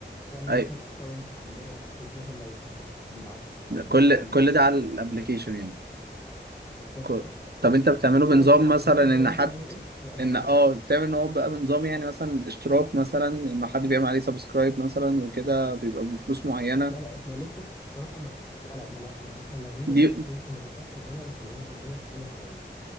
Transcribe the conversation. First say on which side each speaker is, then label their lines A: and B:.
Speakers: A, on the left (about 15°); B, on the right (about 60°).
A: تعمل
B: ايوه
A: مثلا اكونت عندنا بحيث مثلا لو حبيت نبعت لك حد
B: كل
A: الكلام
B: كل
A: ده
B: ده على الابلكيشن يعني
A: بالظبط
B: كو-
A: اه
B: طب انت بتعمله
A: وكده كده
B: بنظام
A: ربط- عاملينه
B: مثلا ان
A: ان هو ينزل
B: حد
A: اي او اس واندرويد
B: ان اه
A: عادي
B: بتعمل ان هو بقى بنظام يعني مثلا اشتراك مثلا ان حد بيعمل عليه سبسكرايب مثلا وكده بيبقى بفلوس معينه
A: لا لا احنا لسه الصراحه ما... لا لا ما... لا يعني احنا لغينا
B: دي
A: الفكره دي كنا بنفكر نعملها بس لقينا ان هي تقيله شويه